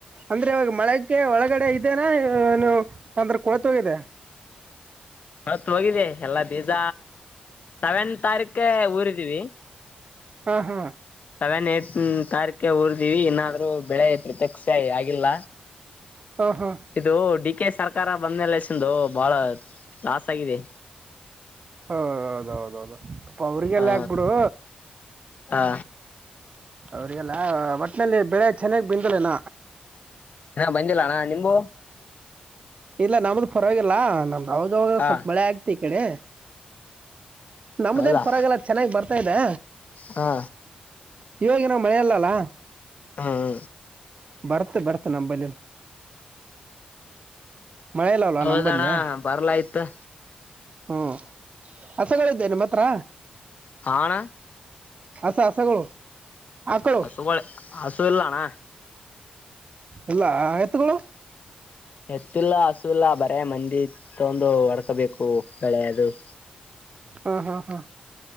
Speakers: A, on the right; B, on the left.
A: ಅಂದ್ರೆ ಇವಾಗ ಮಳಕ್ಕೆ ಒಳಗಡೆ ಇದೆನಾ ಏನು ಅಂದ್ರ ಕೊಳತೋಗಿದೆ.
B: ಕೊಳತ ಹೋಗಿದೆ ಎಲ್ಲ ಬೀಜ ಸೆವೆನ್ ತಾರೀಖೆ ಊರಿದೀವಿ.
A: ಹ್ ಹಾ
B: ಸೆವೆನ್ ಎಟ್ ನ ತಾರಿಕೆ ಉರಿದೀವಿ ಇನ್ನಾದ್ರೂ ಬೆಳೆ ಪ್ರತ್ಯಕ್ಷ ಆಗಿಲ್ಲ.
A: ಹಾ ಹಾ
B: ಇದು ಡಿ ಕೆ ಸರ್ಕಾರ ಬಂದ್ಮೇಲೆ ಸಂದು ಬಾಳ ಲಾಸ್ ಆಗಿದೆ.
A: ಹೌದೌದೌದೌದು ಪವ್ರಿಗೆಲ್ಲ
B: ಹಾ
A: ಹಾಕ್ಬಿಡು.
B: ಹಾ.
A: ಅವ್ರಿಗೆಲ್ಲ ಒಟ್ಟಿನಲ್ಲಿ ಬೆಳೆ ಚೆನ್ನಾಗಿ ಬಂದಲೆನ.
B: ಹ ಬಂದಿಲ್ಲಣ್ಣ ನಿಂಬು.
A: ಇಲ್ಲ ನಮ್ದು ಪರವಾಗಿಲ್ಲಾ ನಮಗ ಆವಾಗ ಅವಾಗ
B: ಹಾ
A: ಸ್ವಲ್ಪ ಮಳೆ ಆಗ್ತಿ ಈ ಕಡೆ. ನಮ್ದೇನ್
B: ಹೌದಾ
A: ಪರವಾಗಿಲ್ಲ ಚೆನ್ನಾಗಿ ಬರ್ತಾ ಇದೆ.
B: ಹಾ.
A: ಇವಾಗನ್ ಮಳೆ ಇಲ್ಲಲ್ಲ.
B: ಹಾ ಹಾ.
A: ಬರ್ತ ಬರ್ತೆ ನಮ್ಮಂಬಲ್ಲಿನು. ಮಳೆ ಇಲ್ವಲ್ಲಾ
B: ಹೌದಣ್ಣ
A: ನಂಬಲ್ಲಿ.
B: ಬರ್ಲಾಯ್ತು
A: ಹ್ಮ ಹಸುಗಳಿದಿಯ ನಿಮ್ಮ ಹತ್ರ.
B: ಹಾ ಅಣ್ಣ
A: ಹಸ ಹಸಗಳು. ಆಕಳು
B: ಹಸುಗಳೆ ಹಸು ಇಲ್ಲಣ್ಣ.
A: ಇಲ್ಲ ಎತ್ಗಳು.
B: ಎತ್ತಿಲ್ಲ ಹಸು ಇಲ್ಲ ಬರೇ ಮಂದಿ ತಗೊಂಡು ಹೊಡ್ಕೋಬೇಕು ಬೆಳೆ ಅದು. <inaudible>
A: ಹಾ ಹಾ ಹಾ